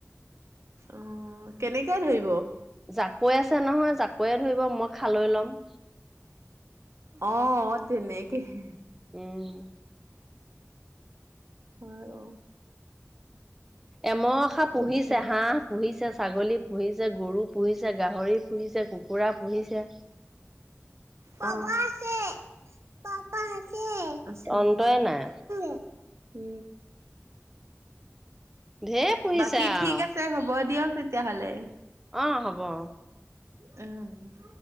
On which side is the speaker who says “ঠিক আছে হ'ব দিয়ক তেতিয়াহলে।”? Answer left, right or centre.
Right